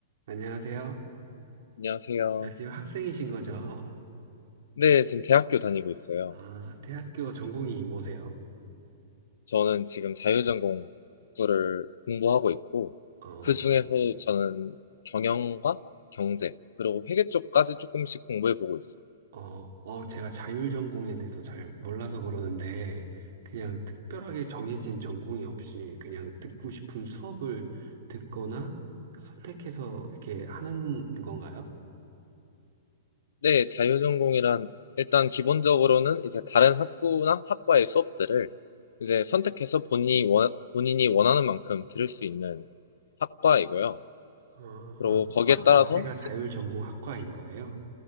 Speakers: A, on the right; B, on the left.
A: 안녕하세요.
B: 안녕하세요.
A: 네, 지금 학생이신 거죠?
B: 네, 지금 대학교 다니고 있어요.
A: 아, 대학교 전공이 뭐세요?
B: 저는 지금 자유전공 학부를 공부하고 있고,
A: 어,
B: 그 중에서 저는 경영과 경제, 그리고 회계 쪽까지 조금씩 공부해보고 있어요.
A: 어, 어, 제가 자율 전공에 대해서 잘 몰라서 그러는데, 그냥 특별하게 정해진 전공이 없이 그냥 듣고 싶은 수업을 듣거나 선택해서 이렇게 하는 건가요?
B: 네, 자유전공이란 일단 기본적으로는 이제 다른 학부나 학과의 수업들을 이제 선택해서 본인이 원, 본인이 원하는 만큼 들을 수 있는 학과이고요.
A: 어,
B: 그리고
A: 아, 학과
B: 거기에
A: 자체가
B: 따라서,
A: 자율
B: 특-
A: 전공 학과인 거예요?